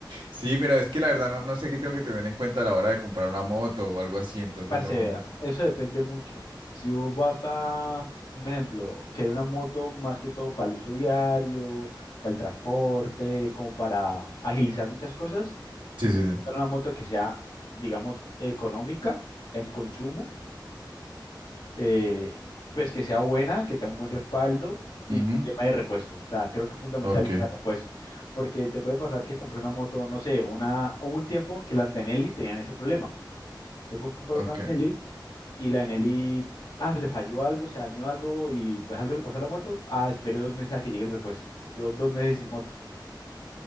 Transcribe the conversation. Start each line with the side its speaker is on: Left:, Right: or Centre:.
Right: Sí, pero es que la verdad no, no sé qué tengo que tener en cuenta a la hora de comprar una moto o algo así, entonces
Left: Parce,
Right: no,
Left: vea,
Right: no sé.
Left: eso depende mucho. Si vos vas a, un ejemplo, querer una moto más que todo para el uso diario, para el transporte, como para agilizar muchas cosas,
Right: Sí,
Left: tenés
Right: sí, sí.
Left: que buscar una moto que sea, digamos, económica en consumo, eh, pues que sea buena, que tenga un buen respaldo y
Right: Ujú.
Left: tema de repuesto. O sea, creo que es fundamental
Right: Ok,
Left: el tema de repuesto, porque te puede pasar que compré una moto, no sé, una, hubo un tiempo que las Benelli tenían ese problema. Entonces vos comprar
Right: ok.
Left: una Benelli y la Eneli, ah, le falló algo, se dañó algo y pues algo le pasó a la moto. Ah, esperé dos meses a que llegue el repuesto. Yo dos meses sin moto.